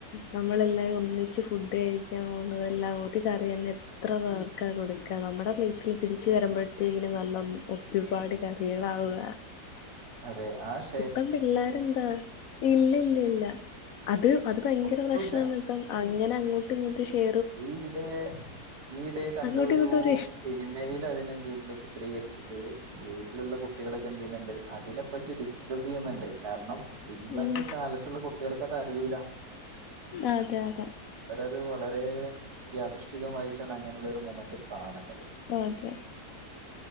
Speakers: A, on the left (about 70°); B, on the right (about 75°).
A: നമ്മളെല്ലാവരും ഒന്നിച്ച് ഫുഡ് കഴിക്കാൻ പോകുന്നതന്നെ എല്ലാം ഒരു കറി തന്നെല്ലേ. എത്ര പേർക്ക കൊടുക്കുക, നമ്മുടെ പ്ലീറ്റിൽ തീരിച്ച് വരുമ്പോഴത്തേക്കും നല്ല, ഒരുപാട് കറികളാവുക!
B: അതെ ആഹാ,
A: ഇപ്പം പിള്ളേരന്താ ഇല്ല ഇല്ല ഇല്ല. അത് അത് ഭയങ്കര
B: ഒട്ടുല്ല
A: പ്രശ്നാണ് ഇപ്പം അങ്ങനെ അങ്ങോട്ട് ഇങ്ങോട്ട് ഷെ
B: നീ ഇവിടെ ഈയിടെ കണ്ട
A: അങ്ങോട്ടും
B: ഒരു
A: ഇങ്ങോട്ടും ഇഷ്
B: സിനിമയിൽ അതിനെ എന്ത് ചെയ്യുന്നു ചിത്രീകരിച്ചിട്ട് വീട്ടിലുള്ള കുട്ടികളൊക്കെ എന്ത് ചെയ്യുന്നുണ്ട് അതിനെപ്പറ്റി ഡിസ്കസ് ചെയ്യുന്നുണ്ട് കാരണം ഇപ്പാത്തെ
A: ഉം
B: കാലത്തുള്ള കുട്ടികൾക്ക് അത് അറിയൂല്ല
A: അതെ അതെ
B: അത് വളരെ യാദൃഷ്ടികമായിട്ടാണ് അങ്ങനെയുള്ള ഒരു മൊമെന്റ് കാണുന്നത്
A: അതെ